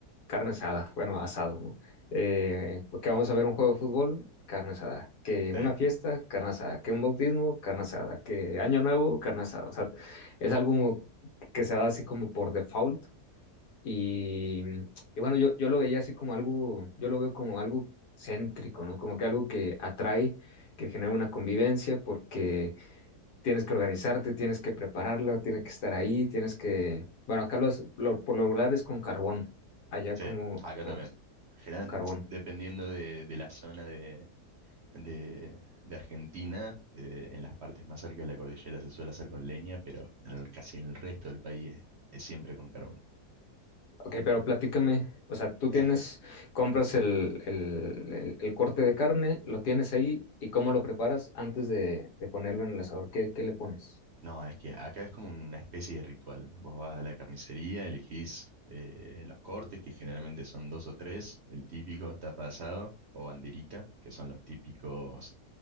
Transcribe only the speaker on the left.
carne asada, bueno, asado, ¿no? Eh, que vamos a ver un juego de fútbol, carne asada. Que
una fiesta, carne asada. Que un bautismo, carne asada. Que año nuevo, carne asada. O sea, es algo que se da así como por default. Y, y bueno, yo, yo lo veía así como algo, yo lo veo como algo céntrico, ¿no? Como que algo que atrae, que genera una convivencia, porque tienes que organizarte, tienes que prepararlo, tienes que estar ahí, tienes que... Bueno, acá los, lo- por lo regular es con carbón, allá
como,
como
los-
carbón.
Ok, pero platícame, o sea, tú tienes,
compras el, el- el- el corte de carne, lo tienes ahí y cómo lo preparas antes de, de ponerlo en el asador, ¿qué, qué le pones?